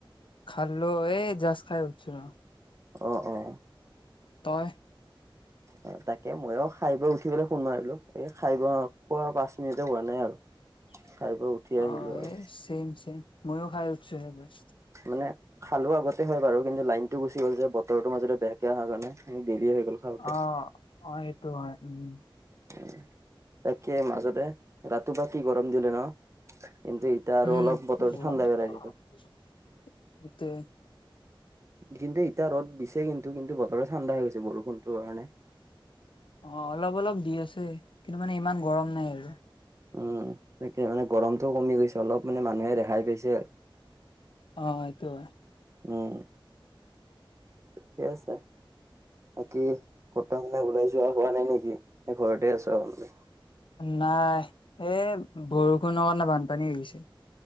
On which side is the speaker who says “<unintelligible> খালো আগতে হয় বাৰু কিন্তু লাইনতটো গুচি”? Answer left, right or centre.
Right